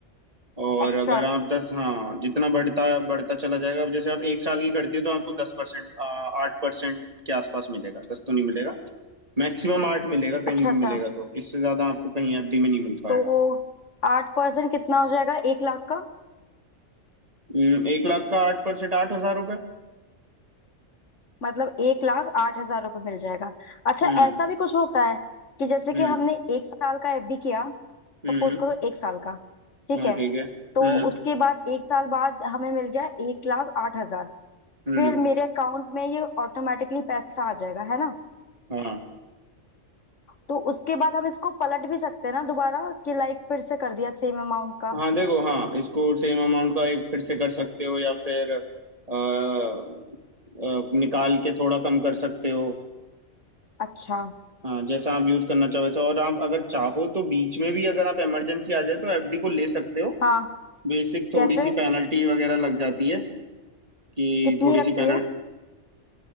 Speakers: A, on the right; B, on the left.
A: और
B: एक्स्ट्रा
A: अगर आप दस हाँ जितना बढ़ता बढ़ता चला जाएगा अब जैसे आप एक साल की करती हो तो आपको दस परसेंट आठ परसेंट के आसपास मिलेगा दस तो नहीं मिलेगा मैक्सिमम आठ मिलेगा कहीं
B: अच्छा
A: भी
B: अच्छा
A: मिलेगा तो इससे ज्यादा आपको कहीं एफडी में नहीं मिल पाएगा
B: तो आठ परसेंट कितना हो जाएगा एक लाख का
A: हम्म, एक लाख का आठ परसेंट आठ हजार रुपये
B: मतलब एक लाख आठ हजार रुपये मिल जाएगा अच्छा
A: हम्म
B: ऐसा भी कुछ होता है कि जैसे
A: हम्म
B: कि हमने एक साल का एफडी किया
A: हम्म
B: सपोज करो एक साल का ठीक
A: हाँ
B: है
A: ठीक है हम्म
B: तो उसके बाद एक साल बाद हमें मिल गया एक लाख आठ हजार
A: हम्म
B: फिर मेरे अकाउंट में ये ऑटोमेटिकली पैसा आ जाएगा है ना
A: हाँ
B: तो उसके बाद हम इसको पलट भी सकते हैं ना दोबारा कि लाइक फिर से कर दिया सेम अमाउंट का
A: हाँ देखो हाँ इसको सेम अमाउंट का एक फिर से कर सकते हो या फिर अ, अ, निकाल के थोड़ा कम कर सकते हो
B: अच्छा
A: हाँ जैसा आप यूज करना चाहो वैसा और आप अगर चाहो तो बीच में भी अगर आप इमरजेंसी आ जाए तो एफडी को ले सकते हो
B: हाँ
A: बेसिक थोड़ी
B: कैसे
A: सी पेनल्टी वगैरह लग जाती है कि
B: कितनी
A: थोड़ी
B: रखती
A: सी पेनल्टी
B: है